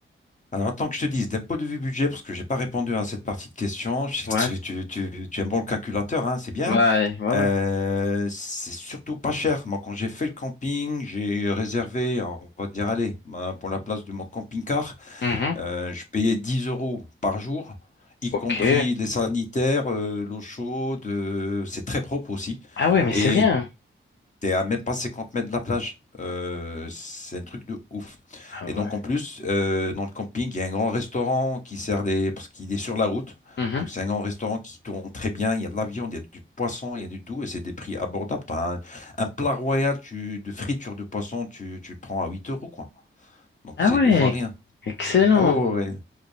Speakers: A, on the left; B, on the left.
A: Alors, attends que je te dise, d'un point de vue budget, parce que j'ai pas répondu à cette partie de question, je sais
B: Ouais.
A: que tu, tu, tu, tu es un bon calculateur, hein, c'est bien.
B: Ouais, ouais,
A: Euh,
B: ouais.
A: c'est surtout pas cher. Moi, quand j'ai fait le camping, j'ai réservé, on va dire, allez, ma- pour la place de mon camping-car,
B: Mhm.
A: euh, je payais 10 euros par jour, y
B: Ok.
A: compris les sanitaires, euh, l'eau chaude, euh, c'est très propre aussi.
B: Ah ouais, mais
A: Et
B: c'est rien.
A: T'es à même pas 50 mètres de la plage. Euh, c'est un truc de ouf.
B: Ah
A: Et
B: ouais.
A: donc en plus, euh, dans le camping, il y a un grand restaurant qui sert les... parce qu'il est sur la route.
B: Mhm.
A: Donc c'est un grand restaurant qui tourne très bien. Il y a de la viande, il y a du poisson, il y a du tout. Et c'est des prix abordables. T'as un, un plat royal tu, de friture de poisson, tu, tu le prends à 8 euros, quoi. Donc
B: Ah
A: c'est
B: ouais,
A: deux fois rien.
B: excellent.
A: Ah ouais, ouais, ouais.